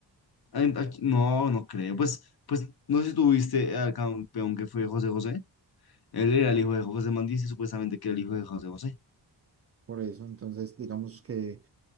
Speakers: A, on the left; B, on the right.
A: Ay, aquí- No, no creo. Pues, pues no sé si tuviste al campeón que fue José José. Él era el hijo de José Mandis y supuestamente que era el hijo de José José.
B: Por eso, entonces, digamos que